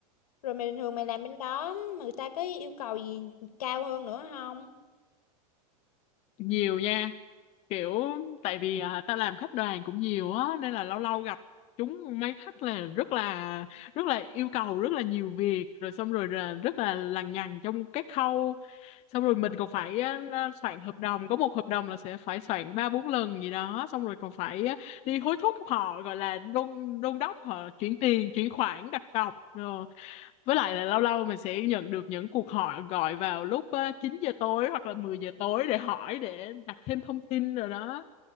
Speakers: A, on the left; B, on the left.
A: rồi mày bình thường mày làm bên đó mà người ta có yêu cầu gì cao hơn nữa không
B: nhiều nha. kiểu tại vì à, tao làm khách đoàn cũng nhiều á nên là lâu lâu gặp chúng mấy khách là rất là rất là yêu cầu rất là nhiều việc rồi xong rồi là rất là lằng nhằng trong các khâu xong rồi mình còn phải á, soạn hợp đồng có một hợp đồng là sẽ phải soạn ba bốn lần gì đó xong rồi còn phải á, đi hối thúc họ gọi là đôn đôn đốc họ chuyển tiền chuyển khoản đặt cọc rồi với lại là lâu lâu mình sẽ nhận được những cuộc hỏi gọi vào lúc uh, 9 giờ tối hoặc là 10 giờ tối để hỏi để đặt thêm thông tin rồi đó